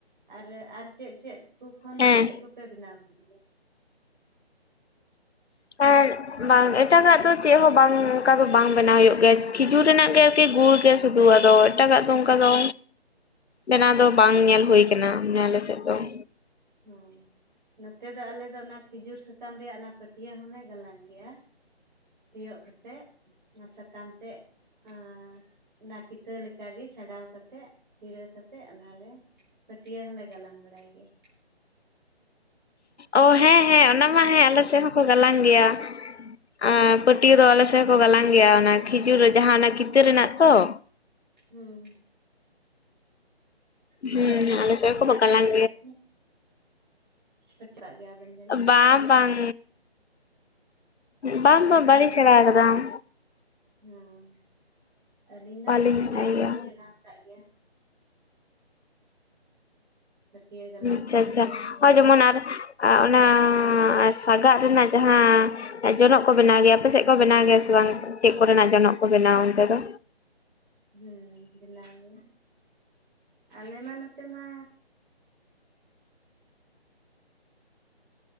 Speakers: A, on the right; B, on the left.
A: ᱟᱨ ᱟᱨ ᱪᱮᱫ ᱪᱮᱫ? ᱦᱟᱹᱠᱩ ᱠᱷᱚᱱ
B: ᱦᱮᱸ
A: ᱪᱮᱫ ᱠᱚᱯᱮ ᱵᱮᱱᱟᱣ ᱵᱟᱲᱟᱭ ᱜᱮᱭᱟ?
B: ᱟᱨ ᱵᱟᱝ ᱮᱴᱟᱜᱟᱜ ᱫᱚ ᱪᱮᱫ ᱦᱚᱸ ᱵᱟᱝ ᱚᱱᱠᱟ ᱫᱚ ᱵᱟᱝ ᱵᱮᱱᱟᱣ ᱦᱩᱭᱩᱜ ᱜᱮᱭᱟ ᱠᱷᱤᱡᱩᱨ ᱨᱮᱱᱟᱜ ᱜᱮ ᱟᱨᱠᱤ ᱜᱩᱲ ᱜᱮ ᱥᱩᱫᱷᱩ ᱟᱫᱚ ᱮᱴᱟᱜᱟᱜ ᱫᱚ ᱚᱱᱠᱟ ᱫᱚ ᱵᱮᱱᱟᱣ ᱫᱚ ᱵᱟᱝ ᱧᱮᱞ ᱦᱩᱭ ᱟᱠᱟᱱᱟ ᱟᱞᱮ ᱥᱮᱫ ᱫᱚ ᱾
A: ᱦᱩᱸ ᱾ ᱱᱚᱛᱮ ᱫᱚ ᱟᱞᱮ ᱫᱚ ᱚᱱᱟ ᱠᱷᱤᱡᱩᱨ ᱥᱟᱠᱟᱢ ᱨᱮᱭᱟᱜ ᱚᱱᱟ ᱯᱟᱹᱴᱭᱟᱹᱜ ᱦᱚᱞᱮ ᱜᱟᱞᱟᱝ ᱜᱮᱭᱟ, ᱛᱤᱭᱳᱜ ᱠᱟᱛᱮ ᱚᱱᱟ ᱥᱟᱠᱟᱢ ᱛᱮ ᱟᱸ ᱱᱟᱠᱤ ᱛᱟᱹ ᱞᱮᱠᱟ ᱜᱮ ᱪᱷᱟᱰᱟᱣ ᱠᱟᱛᱮᱜ ᱪᱤᱨᱟᱹ ᱠᱟᱛᱮᱜ ᱚᱱᱟᱞᱮ ᱯᱟᱹᱴᱭᱟᱹ ᱦᱚᱞᱮ ᱜᱟᱞᱟᱝ ᱵᱟᱲᱟᱭ ᱜᱮᱭᱟ ᱾
B: ᱚ ᱦᱮᱸ ᱦᱮᱸ ᱚᱱᱟ ᱢᱟ ᱦᱮᱸ ᱟᱞᱮ ᱥᱮᱜ ᱦᱚᱸᱠᱚ ᱜᱟᱞᱟᱝ ᱜᱮᱭᱟ ᱾ ᱟᱨ ᱯᱟᱹᱴᱤᱭᱟᱹ ᱫᱚ ᱟᱞᱮ ᱥᱮᱜ ᱠᱚ ᱜᱟᱞᱟᱝ ᱜᱮᱭᱟ ᱚᱱᱟ ᱠᱷᱤᱡᱩᱨ ᱡᱟᱦᱟ ᱚᱱᱟ ᱠᱤᱛᱟᱹ ᱨᱮᱱᱟᱜ ᱛᱚ ᱾
A: ᱦᱩᱸ ᱾ ᱛᱚᱵᱮ
B: ᱦᱩᱸ
A: ᱟᱵᱮᱱ
B: ᱟᱞᱮ
A: ᱦᱚᱵᱮᱱ
B: ᱥᱮᱫ
A: ᱥᱮᱬᱟ
B: ᱦᱚᱸᱠᱚ ᱜᱟᱞᱟᱝ
A: ᱠᱟᱜ ᱜᱮᱭᱟ ᱥᱮ? <unintelligible> ᱜᱮᱭᱟᱵᱮᱱ ᱡᱟᱹᱱᱤᱡ
B: ᱵᱟᱝ ᱵᱟᱝ ᱵᱟᱝ ᱵᱟᱝ ᱵᱟᱞᱤᱧ ᱥᱮᱬᱟ ᱟᱠᱟᱫᱟ ᱾
A: ᱦᱢ, ᱟᱹᱞᱤᱧ ᱫᱚ
B: ᱵᱟᱹᱞᱤᱧ
A: ᱱᱟᱦᱟᱜ ᱥᱮᱬᱟ
B: ᱵᱟᱲᱟᱭ
A: ᱫᱚᱞᱤᱧ
B: ᱜᱮᱭᱟ
A: ᱥᱮᱬᱟ ᱠᱟᱜ ᱜᱮᱭᱟ ᱾ ᱯᱟᱹᱴᱭᱟᱹ ᱜᱟᱞᱟᱝ
B: ᱟᱪᱪᱷᱟ
A: ᱠᱚᱫᱚ
B: ᱟᱪᱪᱷᱟ, ᱦᱳᱭ ᱡᱮᱢᱚᱱ ᱟᱨ ᱚᱱᱟ ᱥᱟᱜᱟᱜ ᱨᱮᱱᱟᱜ ᱡᱟᱦᱟᱸ ᱡᱚᱱᱚᱜ ᱠᱚ ᱵᱮᱱᱟᱣ ᱜᱮᱭᱟ, ᱟᱯᱮ ᱥᱮᱫ ᱠᱚ ᱵᱮᱱᱟᱣ ᱜᱮᱭᱟ ᱥᱮ ᱵᱟᱝ? ᱪᱮᱫ ᱠᱚᱨᱮᱱᱟᱜ ᱡᱚᱱᱚᱜ ᱠᱚ ᱵᱮᱱᱟᱣᱟ ᱚᱱᱛᱮ ᱫᱚ?
A: ᱦᱩᱸ ᱵᱮᱱᱟᱣ ᱜᱮ ᱾ ᱟᱞᱮ ᱢᱟ ᱱᱚᱛᱮ ᱢᱟ